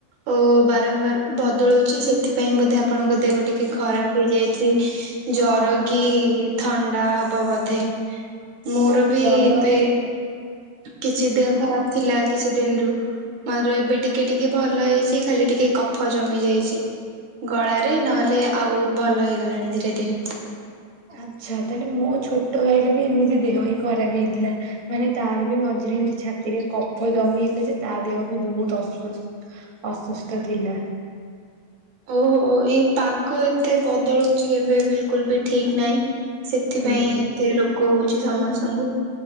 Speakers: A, on the right; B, on the right.
A: ଉ ବାରମ୍ବାର ବଦଳୁଚି ସେ ଥିପାଇଁ ବୋଧେ ଆପଣଙ୍କ ଦେହ ଟିକେ ଖରାପ ହେଇଯାଇଚି। ଜର
B: ହଁ।
A: କି ଥଣ୍ଡା ହବ ବୋଧେ ମୋର
B: ହଁ
A: ବି
B: ଜର
A: ଏବେ କିଛି ଦେହ ଖରାପ ଥିଲା କିଛି ଦିନରୁ। ମୋର ଏବେ ଟିକେ ଟିକେ ଭଲ ହେଇଚି ଖାଲି ଟିକେ କଫ ଜମି ଯାଇଚି। ଗଳାରେ ନହେଲେ ଆଉ ଭଲ ହେଇଗଲାଣି ଧୀରେ ଧୀରେ।
B: ଆଚ୍ଛା ତାହେଲେ ମୋ ଛୋଟ ଭାଇର ବି ଏମିତି ଦେହ ହିଁ ଖରାପ ହେଇଥିଲା। ମାନେ ତାର ବି ମଝିରେ ଏମିତି ଛାତିରେ କଫ ଜମି ହେଇଥିଲେ ଯେ ତା ଦେହ ବି ବୋହୁତ ଅସୁ-ଅସୁସ୍ଥ ଥିଲା।
A: ଓହୋ ଏଇ ପାଗ ଏତେ ବଦଳୁଚି ଏବେ ବିଲକୁଲ ବି ଠିକ୍ ନାହିଁ। ସେଥିପାଇଁ
B: ଉଁ
A: ଏତେ ରୋଗ ହୋଉଚି ସମସ୍ତଙ୍କୁ।